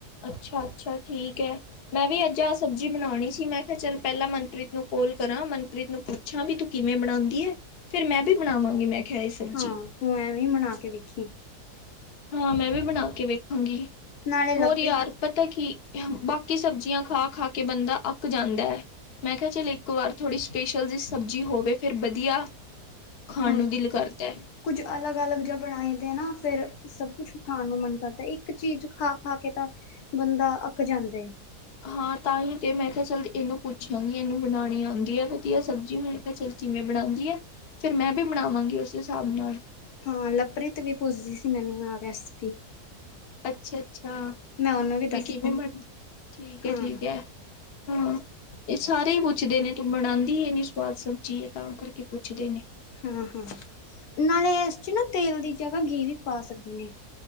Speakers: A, on the left; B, on the left.
A: ਅੱਛਾ ਅੱਛਾ ਠੀਕ ਐ। ਮੈਂ ਵੀ ਅੱਜ ਆ ਸਬਜ਼ੀ ਜੀ ਬਣਾਉਣੀ ਸੀ ਮੈਂ ਕਿਹਾ ਚੱਲ ਪਹਿਲਾਂ ਮਨਪ੍ਰੀਤ ਨੂੰ ਕਾੱਲ ਕਰਾਂ, ਮਨਪ੍ਰੀਤ ਨੂੰ ਪੁੱਛਾਂ ਵੀ ਤੂੰ ਕਿਵੇਂ ਬਣਾਂਦੀ ਐ ਫ਼ਿਰ ਮੈਂ ਵੀ ਬਣਾਵਾਂਗੀ ਮੈਂ ਕਿਹਾ ਇਹ ਸਬਜ਼ੀ
B: ਹਾਂ, ਤੂੰ ਐਵੇਂ ਮਨਾ ਕੇ ਵੇਖੀਂ।
A: ਹਾਂ ਮੈਂ ਵੀ ਬਣਾ ਕੇ ਵੇਖਾਂਗੀ।
B: ਨਾਲੇ
A: ਹੋਰ
B: ਲਵਪ੍ਰੀਤ
A: ਯਾਰ ਪਤਾ ਕੀ ਬਾਕੀ ਸਬਜ਼ੀਆਂ ਖਾ ਖਾ ਕੇ ਬੰਦਾ ਅੱਕ ਜਾਂਦਾ ਐ, ਮੈਂ ਕਿਹਾ ਚੱਲ ਇੱਕ ਵਾਰ ਥੋੜ੍ਹੀ ਸਪੇਸ਼ਲ ਜ ਸਬਜ਼ੀ ਹੋਵੇ ਫਿਰ ਵਧੀਆ ਖਾਣ
B: ਹਾਂ,
A: ਨੂੰ ਦਿਲ ਕਰਦਾ।
B: ਕੁੱਝ ਅਲੱਗ-ਅਲੱਗ ਜ ਬਣਾਈ ਦੇ ਨਾ ਫੇਿਰ ਸਭ ਕੁਛ ਖਾਣ ਨੂੰ ਮਨ ਕਰਦਾ। ਇੱਕ ਚੀਜ਼ ਖਾ-ਖਾ ਕੇ ਤਾਂ ਬੰਦਾ ਅੱਕ ਜਾਂਦਾ।
A: ਹਾਂ, ਤਾਂ ਹੀ ਤੇ ਮੈਂ ਕਿਹਾ ਚੱਲ ਇਹਨੂੰ ਪੁੱਛਿਆਗੀਂ ਇਹਨੂੰ ਬਣਾਣੀ ਆਂਦੀਆਂ ਵਧੀਆ ਸਬਜ਼ੀ ਬਨਾਂਨੀ ਚੱਲ ਜਿਵੇਂ ਬਣਾਂਦੀ ਐ ਫੇਿਰ ਮੈਂ ਵੀ ਬਣਾਵਾਂਗੀ ਉਸ ਹਿਸਾਬ ਨਾਲ
B: ਹਾਂ ਲਪ੍ਰੀਤ ਵੀ ਪੁੱਜਦੀ ਸੀ ਮੈਨੂੰ ਨਾ ਰੈਸਪੀ
A: ਅੱਛਾ ਅੱਛਾ,
B: ਮੈਂ ਉਹਨੂੰ ਵੀ ਦੱਸ
A: ਵੀਂ ਕਿਵੇਂ ਠੀਕ ਐ,
B: ਹਾਂ
A: ਠੀਕ ਐ। ਹਂ, ਇਹ ਸਾਰੇ ਈ ਪੁੱਛਦੇ ਨੇਂ ਤੂੰ ਬਣਾਂਦੀ ਇੰਨੀ ਸਵਾਦ ਸਬਜ਼ੀ ਐ ਤਾਂ ਕਰਕੇ ਪੁੱਛਦੇ ਨੇਂ
B: ਹਾਂ ਹਾਂ ਨਾਲੇ ਇਸ ਚ ਨਾ ਤੇਲ ਦੀ ਜਗ੍ਹਾ ਘੀ ਵੀ ਪਾ ਸਕਦੇ ਨੇ